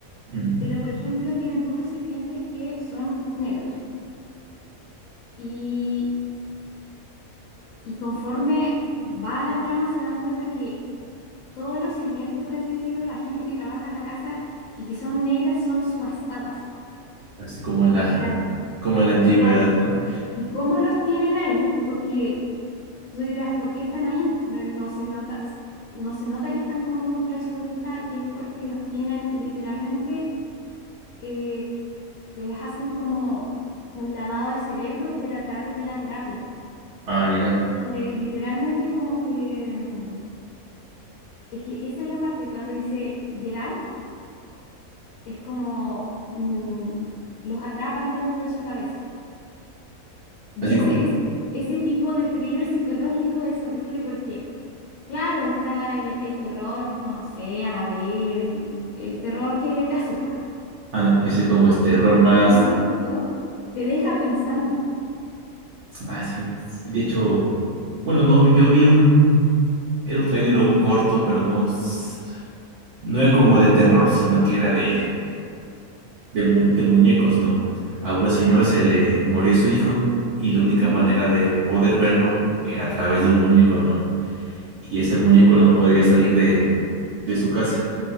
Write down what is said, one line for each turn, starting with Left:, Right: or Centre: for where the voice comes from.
Right: ujú.
Left: Pero, por ejemplo, tienen puros sirvientes que son negros. Y, y conforme va la trama, se dan cuenta que todos los sirvientes, por así decirlo, la gente que trabaja en la casa y que son negras, son subastadas,
Right: Así como en
Left: literalmente.
Right: la, como en la antigüedad,
Left: Claro.
Right: ¿no?
Left: ¿Y cómo los tienen ahí? Porque Tú dirás, ¿por qué están ahí? No, no se nota, no se nota que están como en contra de su voluntad y es porque los tienen literalmente, eh, les hacen como un lavado de cerebro, pero a través de la terapia,
Right: Ah, mira,
Left: donde literalmente como que, mm, es que esa es la parte cuando dice get out, es como mm, los atrapan dentro de su cabeza. Y
Right: así
Left: ese,
Right: como,
Left: ese, ese tipo de thriller psicológico es horrible porque Claro, está el, el terror, como no sé, Anabel, el terror que te asusta.
Right: ah, ese como este error más
Left: psicológico te deja pensando.
Right: Ah, sí, sí, de hecho, bueno, no, vi- yo vi un, era un tráiler o un corto, pero no, s- no era como de terror, sino que era de, de, mu- de muñecos, ¿no? A una señora se le moría su hijo y la única
Left: Ujú.
Right: manera de poder verlo era a través de un muñeco, ¿no? Y ese muñeco no podría salir de, de su casa.